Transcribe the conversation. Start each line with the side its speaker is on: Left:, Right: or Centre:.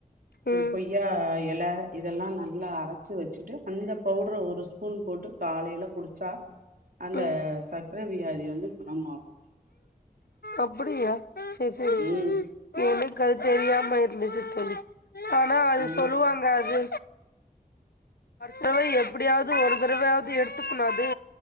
Left: ம்,
Right: கொய்யா இல இதெல்லா நல்லா அரைச்சு வச்சுட்டு அந்த பவுடர ஒரு ஸ்பூன் போட்டு காலையில குடிச்சா அந்த
Left: ம்.
Right: சக்கர வியாதி வந்து குணமாகும்
Left: அப்படியா சரி சரி
Right: ம்
Left: எனக்கு அது தெரியாம இருந்துசு தோழி ஆனா அது
Right: ஆ
Left: சொல்லுவாங்க அது வருசவை எப்படியாவது ஒரு தடவையாவது எடுத்துக்கணும் அது